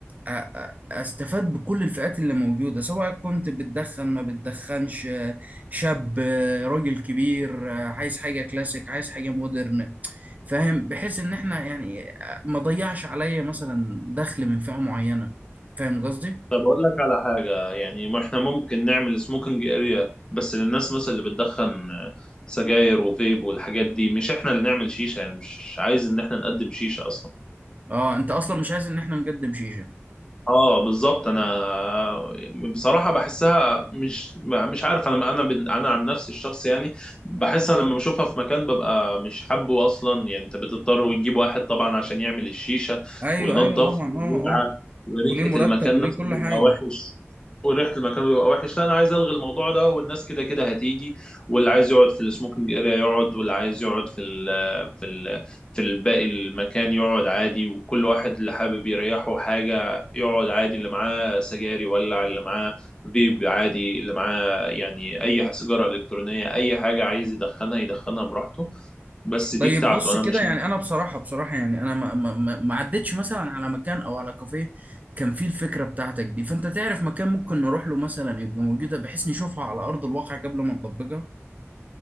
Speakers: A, on the right; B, on the left.
A: أ- أ- استفاد بكل الفئات اللي موجودة سواء كنت بتدخن ما بتدخنش شاب راجل كبير عايز حاجة كلاسيك عايز حاجة مودرن فاهم بحيث ان احنا يعني ما ضيعش عليا مثلا دخل من فئة معينة فاهم قصدي
B: طب أقول لك على حاجة يعني ما إحنا ممكن نعمل سموكينج أريا بس للناس مثلا اللي بتدخن سجاير وفيب والحاجات دي مش إحنا اللي نعمل شيشة يعني مش عايز إن إحنا نقدم شيشة أصلا
A: اه انت اصلا مش عايز ان احنا نقدم شيشة
B: اه بالظبط انا بصراحه بحسها مش مش عارف انا انا بن- انا عن نفسي الشخص يعني بحس انا لما بشوفها في مكان ببقى مش حابه اصلا يعني انت بتضطر وتجيب واحد طبعا عشان يعمل الشيشه
A: ايوه
B: وينظف
A: ايوه طبعا
B: ويلعب
A: اه اه
B: وريحه
A: وليه مرتب
B: المكان
A: وليه
B: نفسه
A: كل
B: بيبقى
A: حاجة
B: وحش وريحه المكان بيبقى وحش لا انا عايز الغي الموضوع ده والناس كده كده هتيجي واللي عايز يقعد في السموكينج اريا يقعد واللي عايز يقعد في ال في ال في الباقي المكان يقعد عادي وكل واحد اللي حابب يريحه حاجه يقعد عادي اللي معاه سجاير يولع اللي معاه فيب عادي اللي معاه يعني اي سيجاره الكترونيه اي حاجه عايز يدخنها يدخنها براحته بس دي
A: طيب
B: بتاعته
A: بص
B: انا
A: كده
B: مش
A: يعني انا بصراحه بصراحه يعني انا ما ما ما ما عدتش مثلا على مكان او على كافيه كان فيه الفكره بتاعتك دي فانت تعرف مكان ممكن نروح له مثلا يبقى موجوده بحيث نشوفها على ارض الواقع قبل ما نطبقها